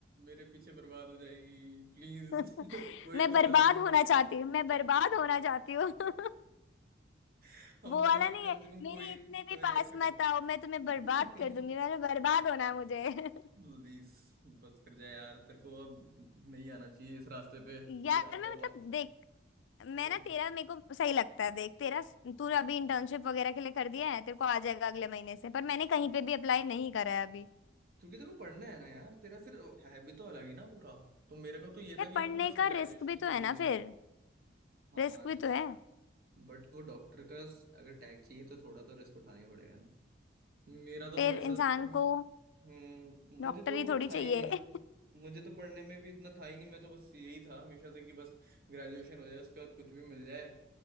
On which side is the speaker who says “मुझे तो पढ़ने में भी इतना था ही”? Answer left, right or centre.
Right